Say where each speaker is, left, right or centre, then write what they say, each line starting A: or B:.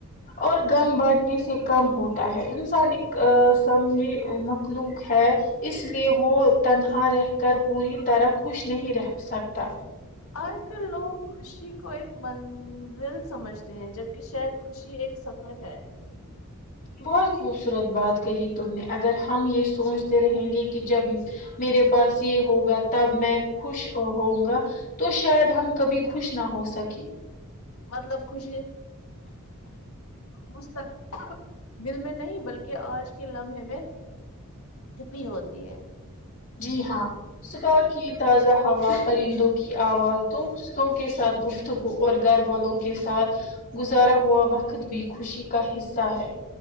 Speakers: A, on the left; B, on the left.
A: اور غم بٹھنے سے کم ہوتا ہے انسان ایک سمھی مخلوق ہے اس لیے وہ تنہا رہ کر پوری طرح خوش نہیں رہ سکتا
B: آج کل لوگ خوشی کو ایک منزل سمجھتے ہیں جبک شاید خوشی ایک سفر ہے
A: بہت خوبصورت بات کہی تم نے اگر ہم یہ سوچتے رہیں گے کہ جب میرے پاس یہ ہوگا تب میں خوش ہووں گا تو شاید ہم کبھی خوش نہ ہو سکے
B: مطلب خوشی مستق دل میں نہیں بلکہ آج کے لمحے میں چھپی ہوتی ہے
A: جی ہاں صبح کی تازہ ہوا پرندوں کی آواز د دوستوں کے ساتھ گفتگو اور گھر والوں کے ساتھ گزارا ہوا وقت بھی خوشی کا حصہ ہے